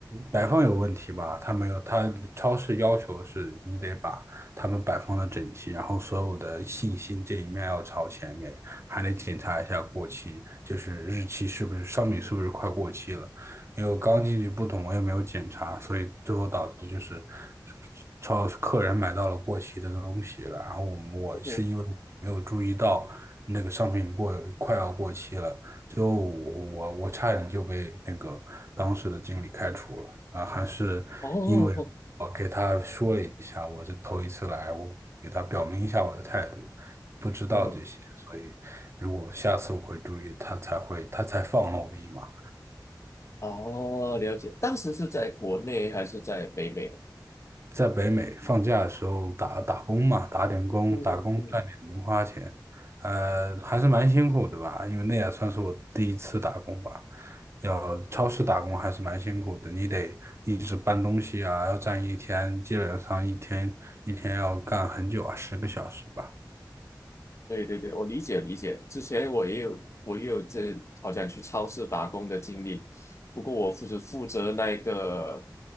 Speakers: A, on the right (about 35°); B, on the left (about 40°).
A: 摆放有问题吧？他没有，他超市要求是你得把他们摆放的整齐，然后所有的信息这一面要朝前面，还得检查一下过期，就是日期是不是商品是不是快过期了。因为我刚进去不懂，我也没有检查，所以最后导致就是超客人买到了过期的东西了，然后我我是因为我没有注意到那个商品过快要过期了，
B: 嗯哼
A: 最后我我我差点就被那个当时的经理开除了啊，还是因为我给他说了一下，
B: 哦哦哦，
A: 我是头一次来，我给他表明一下我的态度。不知道这些，
B: 嗯哼
A: 所以如果下次我会注意，他才会他才放了我一马。
B: 哦，了解。当时是在国内还是在北美呢？
A: 在北美放假的时候打打工嘛，打点工，
B: 嗯嗯。
A: 打工赚点零花钱，呃，还是蛮辛苦的吧，因为那也算是我第一次打工吧。要超市打工还是蛮辛苦的，你得一直搬东西啊，要站一天，基本上一天一天要干很久啊，十个小时吧。
B: 对对对，我理解理解。之前我也有我也有这好像去超市打工的经历，不过我负责负责那一个